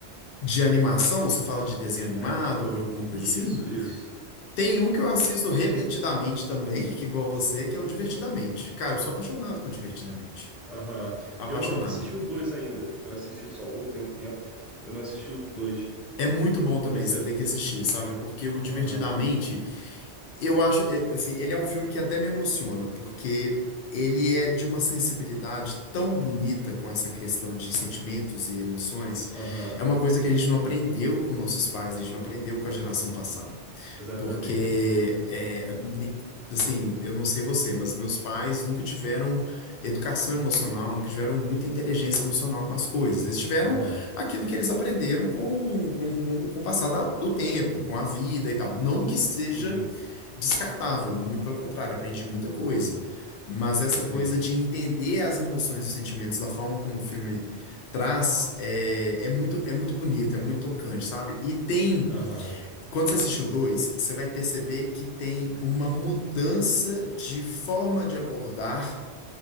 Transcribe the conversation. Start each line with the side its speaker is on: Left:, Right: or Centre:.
Left: De animação, você fala de desenho animado
Centre: É,
Left: ou de alguma coisa
Centre: isso,
Left: assim?
Centre: isso.
Left: Tem um que eu assisto repetidamente também, <laughs> que igual você, que é o Divertidamente. Cara, eu sou apaixonado por Divertidamente.
Centre: Aham.
Left: Apaixonado.
Centre: Eu não assisti o dois ainda. Eu assisti só um tem um tempo. Eu não assisti o dois.
Left: É muito bom também,
Centre: Esse
Left: você
Centre: é.
Left: tem que assistir, sabe? Porque o Divertidamente,
Centre: Aham.
Left: eu acho, é, assim, ele é um filme que até me emociona, porque ele é de uma sensibilidade tão bonita com essa questão de sentimentos e emoções.
Centre: Aham,
Left: É uma coisa que a gente não aprendeu com nossos pais, a gente não aprendeu com a geração passada.
Centre: exatamente.
Left: Porque, é, ni- assim, eu não sei você, mas meus pais nunca tiveram educação emocional, nunca tiveram muita inteligência emocional com as coisas. Eles tiveram
Centre: Aham,
Left: aquilo que eles aprenderam com, com, com, com o passar da- do tempo, com a vida e tal. Não que seja
Centre: sim,
Left: descartável, muito pelo contrário, aprendi muita coisa. Mas essa
Centre: sim.
Left: coisa de entender as emoções e os sentimentos da forma como o filme traz é, é muito, é muito bonito, é muito tocante, sabe? E tem.
Centre: Aham,
Left: Quando você assistir o 2, você vai perceber que tem uma mudança de forma de abordar